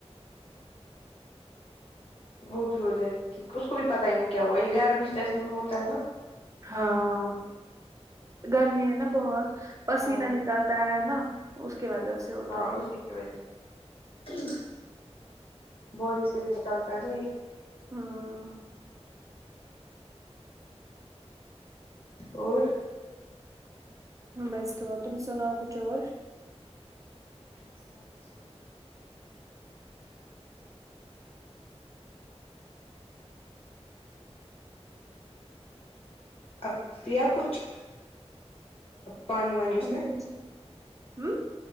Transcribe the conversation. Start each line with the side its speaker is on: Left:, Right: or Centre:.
Left: وہ بھی ہو جائے گی ٹھیک اس کو بھی پتہ ہی نہیں کیا ہوا یہ گرم سے میں ہوتا ہے نا
Right: ہاں گرمی ہے نا بہت پسیینہ
Left: ہاں
Right: نکال تا ہے نا اس کی وجہ سے ہوتا
Left: ہاں
Right: ہے
Left: اسی کی وجہ سے باڈی سے بھی نکالتا ہے نا یہ
Right: ہوں
Left: اور
Right: بس دعا تم سو ناؤ کچھ اور
Left: بس میں کیا سوناؤ اب دیا کچھ پانی وانی اس
Right: ابھی
Left: نے
Right: کچھ نہیں ہوں